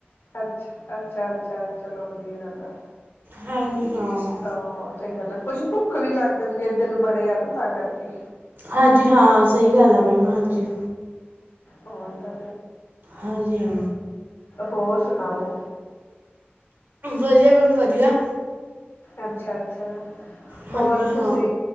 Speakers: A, on the left; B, on the right.
A: ਅੱਛਾ। ਅੱਛਾ ਅੱਛਾ ਚਲੋ ਵਧੀਆ ਰਹਿੰਦਾ।
B: ਹਾਂਜੀ ਹਾਂ।
A: ਆਹ ਸਹੀ ਗੱਲ ਹੈ, ਕੁੱਛ ਭੁੱਖ ਵੀ ਲੱਗ ਜਾਂਦੀ ਏ ਦਿਨ ਬੜੇ ਆ ਨਾ ਤਾਂ ਕਰਕੇ।
B: ਹਾਂਜੀ ਹਾਂ ਸਹੀ ਗੱਲ ਆ ਮੈਮ ਹਾਂਜੀ।
A: ਹੋਰ ਤਾਂ।
B: ਹਾਂਜੀ ਹਾਂ।
A: ਹੋਰ ਸੁਣਾਓ।
B: ਵਧੀਆ ਮੈਮ ਵਧੀਆ।
A: ਅਛਾ- ਅਛਾ
B: ਹਾਂਜੀ
A: ਹੋਰ
B: ਹਾਂ
A: ਤੁਸੀ।